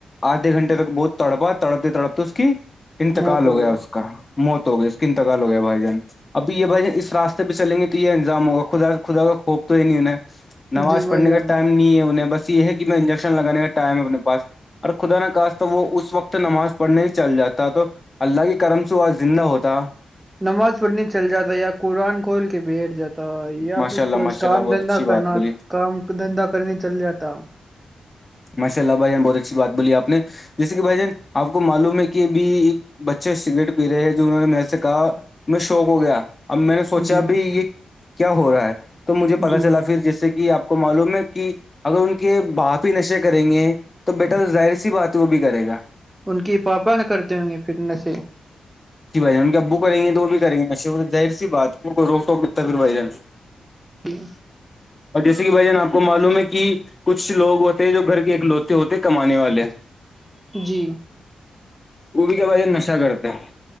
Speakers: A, on the left; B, on the right.
A: آدھے گھنٹے تک بہت تڑپا تڑپتے تڑپتے اس کی انتقال
B: موت
A: ہو گیا
B: گئی
A: اس کا موت ہو گئی اس کی انتگال ہو گیا بھائی جان ابھی یہ بھائی اس راستے پہ چلیں گے تو یہ انجام ہوگا خدا خدا کا خوف تو ہی نہیں انہیں نماز
B: جی بھائی
A: پڑھنے
B: جان
A: کا ٹائم نہیں ہے انہیں بس یہ ہے کہ میں انجیکشن لگانے کا ٹائم ہے اپنے پاس اور خدا ن کہاست تو وہ اس وقت نماز پڑھنے ہی چل جاتا تو اللہ کی کرم س آج زندہ ہوتا
B: نماز پڑھنے چل جاتا ہے یا قرآن کھول کے بیٹھ جاتا ہے تو یا
A: ماشاء
B: پھر
A: اللہ
B: کوئی
A: ماشاء
B: کام
A: اللہ بہت
B: دھندا
A: اچھی بات
B: کرنا
A: بولی
B: کام دھندا کرنے چل جاتا
A: ماشاء اللہ بھائی بہت اچھی بات بولی آپ نے جیسے کہ بھائی جن آپ کو معلوم ہے کہ ابھی ایک بچے سگریٹ پی رہے ہیں جو انہوں نے میرے سے کہا میں شوق ہو گیا اب میں نے سوچا
B: جی
A: بھ یہ کیا ہو رہا ہے تو مجھے پتا
B: جی
A: چلا پھر جیس سے کہ آپ کو معلوم ہے کہ اگر ان کے بھاپی نشے کریں گے تو بیٹا تو ظاہر سی بات ہے وہ بھی کرے گا
B: ان کی پاپا ن کرتے ہوں گے پٹنس
A: جی بھائیان ان ابو کریں گے تو وہ بھی کریں گے اچ ظر سی بات وہ کو رو ٹوک لتا پھر بائی جان
B: جی
A: اور جیسے کہ بھائی جان آپ کو معلوم ہے کہ کچھ لوگ ہوتے ہیں جو گھر کے ایکلوتے ہوتے کمانے والے
B: جی
A: وہ بھی کیا ب نشہ کرتا ہے